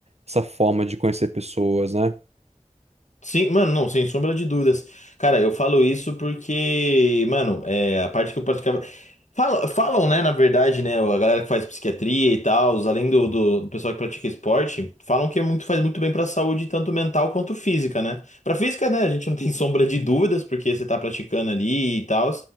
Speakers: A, on the right; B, on the left.
A: essa forma de conhecer pessoas, né?
B: Sim, mano, não, sem sombra de dúvidas. Cara, eu falo isso porque, mano, é, a parte que eu praticava. Falam, falam, né, na verdade, né, a galera que faz psiquiatria e tal, além do, do, do pessoal que pratica esporte, falam que é muito, faz muito bem pra saúde, tanto mental quanto física, né? Pra física, né, a gente não tem <laughs> sombra de dúvidas, porque você tá praticando ali e tal,